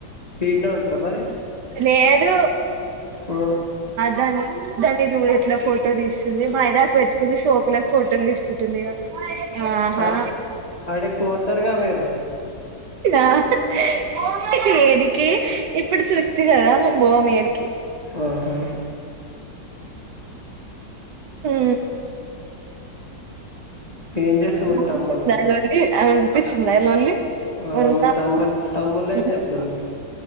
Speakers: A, on the left; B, on the right.
A: ఇడినే ఉంటరా మరి
B: లేదు
A: ఆ
B: దాన్ని దాన్ని చూడేట్లా ఫోటో తీస్తుంది మా ఇ <unintelligible> దకు పెట్టుకుంది ోపల ఫోటోలు తీసుకుంటుంది ఇగ ఆహా
A: అటు ఆడెక్కువ వోతారు గా మీరు
B: అ ఆ ఏడికి ఇప్పుడు సుస్థి గదా మేం బొమ్ ఏడికి
A: ఆహా.
B: ఊ
A: ఏం చేస్తారు
B: <inaudible>
A: మీ తమ్ముళ్ళు
B: అ వినిపిస్తుందా <inaudible>
A: ఆ
B: ఒర్రుతా
A: మీ తమ్ముల్ తమ్ముళ్లు ఏం
B: ఉంటారు.
A: జేస్తారు